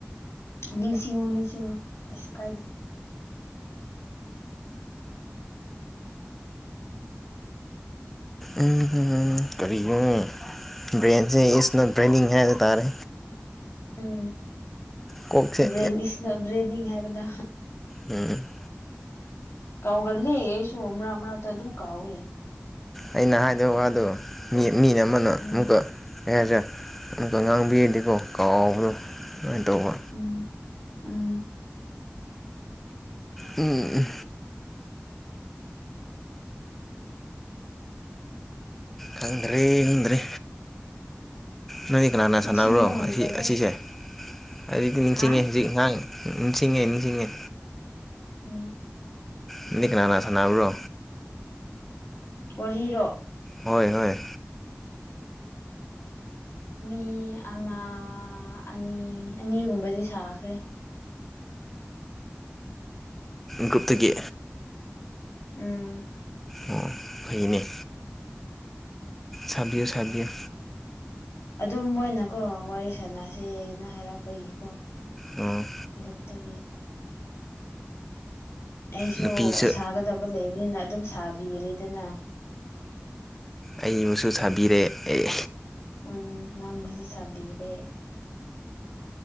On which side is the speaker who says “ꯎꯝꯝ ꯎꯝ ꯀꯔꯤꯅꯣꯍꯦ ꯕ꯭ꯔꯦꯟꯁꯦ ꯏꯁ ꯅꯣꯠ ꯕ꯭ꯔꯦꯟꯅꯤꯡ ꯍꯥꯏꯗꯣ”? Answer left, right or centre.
Centre